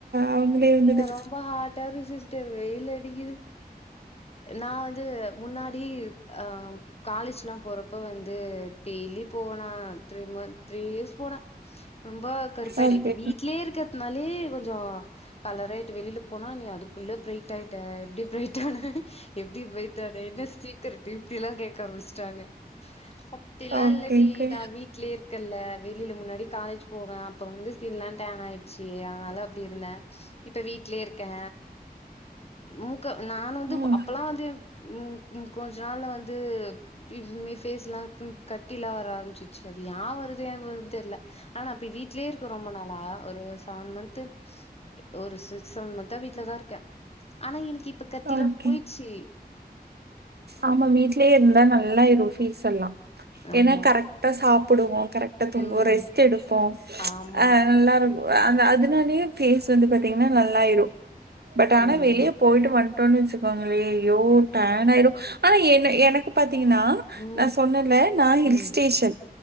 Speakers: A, on the right; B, on the left.
A: அவுங்களே வந்துருச்சு
B: ஏங்க ரொம்ப <unintelligible> சிஸ்டர் வெயில் அடிக்கிது நா வந்து முன்னாடி அஹ் காலேஜ்லா போறப்போ வந்து டெய்லி போவனா செரிமா த்ரீயியேர்ஸ் ரொம்ப கருப்பாய்ட்டே
A: ஓகே
B: இப்ப வீட்லயே இருக்கறதுனாலே கொஞ்சோ கலராயிட்டு வெளில போனா நீ அதுக்குள்ள இவ்வளோ ப்ரைட்டாயிட்டா எப்டி ப்ரைட்டானே எப்டி ப்ரைட்டான என்ன சீக்ரட்டு இப்டிலா கேக்க ஆரம்பிச்சிட்டாங்க அப்டிலா
A: ஓகே
B: இல்லடி
A: ஓகே
B: நா வீட்லயே இருக்கன்ல வெளியில முன்னாடி காலேஜ் போவே அப்ப வந்து ஸ்கின்லா டேன் ஆயிடுச்சு அதனால அப்டி இருந்தே இப்ப வீட்லயே இருக்கே ம் க்கு நா வந்து
A: ம்
B: அப்பல்லா வந்து ம் ம் கொஞ்ச நாள்ல வந்து ஃபிப் ஃபேஸ்லா பிம் கட்டிலா வர ஆரம்பிச்சு ச்சரியா வருது <unintelligible> தெர்ல ஆனா அப்ப வீட்லயே இருக்கோ ரொம்ப நாளா ஒரு செவன் மன்ந்த் து ஒரு சிக் செவன் மன்த்தா வீட்ல தா இருக்கே ஆனா எனக்கு இப்ப கத்திலா
A: ஓகே
B: போயிச்சு
A: ஆமா வீட்லேயே இருந்தா நா ல்லாயிரு ஃபேஸ் எல்லா
B: ஆமா.
A: ஏன்னா கரெக்ட்டா சாப் ப்புடுவோ கரெக்ட்டா தூங்குவோ
B: ம்.
A: ரெஸ்ட் எடுப்போம் ப்ச்
B: ஆமா.
A: அஹ் நல்லா இருக் அந்த அதனாலயே ஃபேஸ் வந்து பாத்தீங்கன்னா நல் லாயிரும் பட்
B: ம்.
A: ஆனா வெளிய போயிட்டு வந் ன்னு வச்சுக்கோங்களே ஐயோ டேனாயிரு ஆனா என்ன என் னக்கு பாத் தீங்கன்னா
B: ம்.
A: நா சொன்னேல்ல நா ஹில்
B: ம்.
A: ஸ்டேஷன்